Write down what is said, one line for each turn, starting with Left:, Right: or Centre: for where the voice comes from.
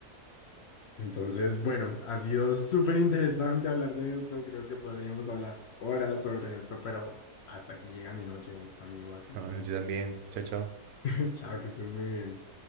Left: Entonces, bueno, ha sido súper interesante hablar de esto. Creo que podríamos hablar horas sobre esto, pero hasta aquí llega mi noche, amigo. Así
Right: ¿no?
Left: que,
Right: Yo también, chao, chao.
Left: <laughs> chao, que estés muy bien.